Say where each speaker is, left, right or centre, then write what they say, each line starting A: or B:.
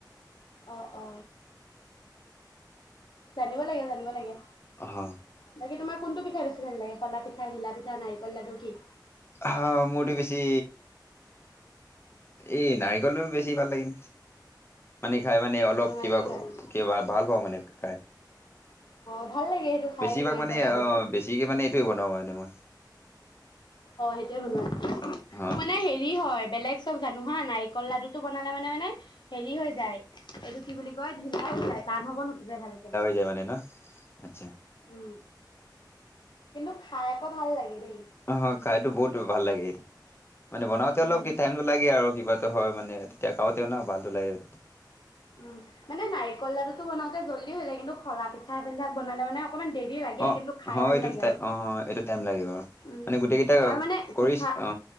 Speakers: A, on the left; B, on the left.
A: অ অ জানিব লাগে জানিব লাগে
B: অ হ
A: বাকী তোমাৰ কোনটো পিঠা বেছি ভাল লাগে খোলা পিঠা, ঘিলা পিঠা, নাৰিকল লাডু কি
B: হা মোৰতো বেছি এই নাৰিকল লাডু বেছি ভাল লাগে মানে খাই মানে অলপ
A: অ' নাৰিকল
B: কিবা
A: লাডু।
B: কিবা ভাল পাওঁ মানে খাই
A: অ ভাল লাগে সেইটো খাই
B: বেছিভাগ
A: নাৰিকল
B: মানে
A: লাডুটো
B: অ বেছিকে মানে এইটোয়ে বনাব জানো মই
A: অ সেইটোয়ে বনাও
B: অ
A: মানে হেৰি হেৰি হয় বেলেগ চব জানো হা নাৰিকল লাডুটো বনালে মানে মানে হেৰি হৈ যায় এইটো কি বুলি কয় ঢিলা হৈ যায় টান হ'ব নোখোজে ভালকে মানে
B: সেইটোৱে মানে ন আচ্ছা
A: উম কিন্তু খাই আকৌ ভাল লাগে দেই
B: অ খাইতো বহুত ভাল লাগে এইটো মানে বনাওঁতে অলপ
A: উম
B: টাইম লাগে আৰু কিবা হয় মানে তেতিয়া খাওঁতে ন ভালটো লাগে আৰু তেতিয়া
A: উম মানে নাৰিকল লাডুটো বনাওঁতে জল্দি হৈ যায় কিন্তু খোলা পিঠা এইবিলাক বনালে মানে অকমাণ দেৰি লাগে
B: অ
A: কিন্তু খাই
B: হয়
A: ভাল
B: এইটো
A: লাগে
B: টাই
A: আৰু
B: অ এইটো টাইম লাগিব
A: উম
B: মানে গোটেই কেইটা
A: আৰু মানে
B: কৰিছ
A: পিঠা
B: অ